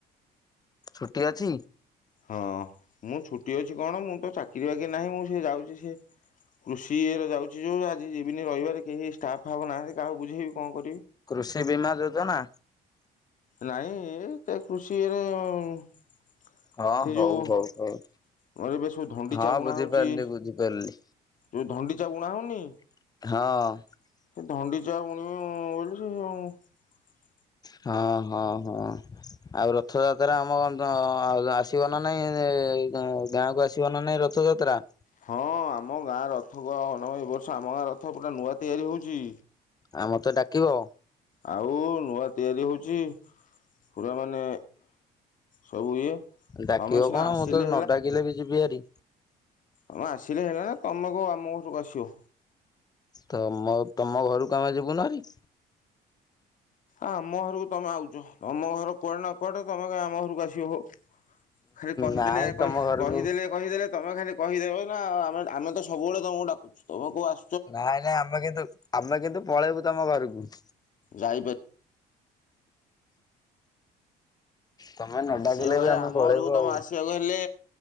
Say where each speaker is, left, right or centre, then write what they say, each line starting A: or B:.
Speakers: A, on the left; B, on the left.
A: ଛୁଟି ଅଛି।
B: ହଁ ମୁଁ ଛୁଟି ଅଛି କଣ ମୁଁ ତ ଚାକିରି ବାକିରି ନାହିଁ ମୁଁ ସେ ଯାଉଚି ସେ କୃଷି ଇଏ ରେ ଯାଉଚି ଯୋଉ ଆଜି ଯିବିନି ରବିବାର କେହି ଷ୍ଟାଫ୍ ଫାଫ ନାହାନ୍ତି କହାକୁ ବୁଝେଇବି କଣ କରି
A: କୃଷି ବୀମା ଯୋଜନା
B: ନାଇଁ ଇଏ ଏ କୃଷିରେ ସେ
A: ହଁ ହଉ
B: ଯୋଉ
A: ହଉ ହଉ
B: ଏବେ ସବୁ ଧୁଣ୍ଡିଚା
A: ହଁ
B: ବୁଣା
A: ବୁଝିପାରିଲି
B: ହେଉଚି
A: ବୁଝିପାରିଲି।
B: ଯୋଉ ଧଣ୍ଡିଚା ବୁଣା ହଉନି?
A: ହଁ।
B: ସେ ଧଣ୍ଡି ଚା ବୁଣିବୁ ବୋଲି ସେଉ <unintelligible>
A: ହଁ ହଁ ହଁ। ଆଉ ରଥଯାତ୍ରା ଆମ ଆସିବ ନା ନାଇଁ ଗାଁ କୁ ଆସିବ ନା ନାଇ ରଥଯାତ୍ରା
B: ହଁ ଆମ ଗାଁ ରଥ କୁ ଏ ବର୍ଷ ଆମ ଗାଁ ରଥ ପୁରା ନୂଆ ତିଆରି ହେଉଛି।
A: ଆ ମତେ ଡାକିବ?
B: ଆଉ ନୂଆ ତିଆରି ହେଉଛି ପୁରା ମାନେ ସବୁ ଇଏ
A: ଡାକିବ
B: ତମେ ସିନା
A: କଣ
B: ଆସିଲେ
A: ମୁଁ ତ ନ ଡାକିଲେ ବି ଯିବି ହେରି।
B: ହମ୍ ଆସିଲେ ହେଲାନା ତମେ କଉ ଆମ ଘରକୁ ଆସିବ।
A: ତମ ତମ ଘରକୁ ଆମେ ଯିବୁନୁହେରି
B: ଆମ ଘରକୁ ତମେ ଆଉଚ ତମ ଘର କୁଆଡେ ନା କୁଆଡେ ତମେ କାଇ ଆମ ଘରକୁ ଆସିବ ହୋ। ଖାଲି କହିଦେଲେ
A: ନାଇଁ
B: କହି
A: ତମ ଘରକୁ
B: କହିଦେଲେ କହିଦେଲେ ତମେ ଖାଲି କହିଦେବ ନା ଆମେ ଆମେ ତ ଶୁ ସବୁବେଳେ ତମକୁ ଡାକୁଛ ତମେ କହୁ ଆସୁ
A: ନାଇଁ ନାଇଁ ଆମେ କିନ୍ତୁ ଆମେ କିନ୍ତୁ ପଳେଇବୁ ତମ ଘରକୁ
B: ଯାଇପାରି
A: ତମେ ନ
B: ଆସିବା
A: ଡାକିଲେ
B: କହି
A: ବି ଆମେ
B: ଆମ
A: ପଳେଇବୁ
B: ଘରକୁ ତମେ
A: ଆଉ।
B: ଆସିବାକୁ ହେଲେ